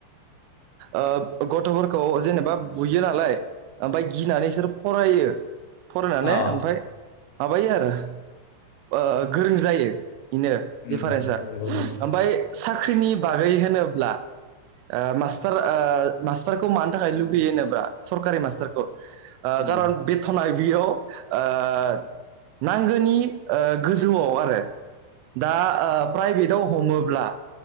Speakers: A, on the right; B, on the left.
A: ओ ओ गथफोरखौ जेनेबा बुयो नालाय ओमफाय गिनानै बिसोर फरायो फरायनानै
B: अ
A: ओमफाय माबायो आरो ओ गोरों जायो। बेनो दिडफारेन्सा
B: उम नंगौ नंगौ
A: ओमफाय साख्रिनि बागै होनोब्ला ओ मासटार ओ मास फोरखौ मानो थाखाय लुगैयो होनोबा सरकारि मास सोरखौ? ओ
B: उम
A: खारन बेथना बियाव ओ नांगौनि गोजौआव आरो दा प्राइभेट हमोब्ला